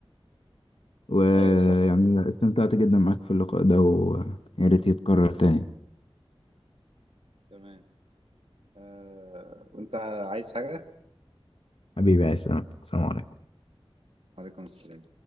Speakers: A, on the left; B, on the right.
A: ويعني
B: أيوة صح
A: استمتعت جدا معاك في اللقاء ده ويا ريت يتكرر تاني
B: تمام أه... وأنت عايز حاجة؟
A: حبيبي يا سلام السلام عليكم
B: عليكم السلام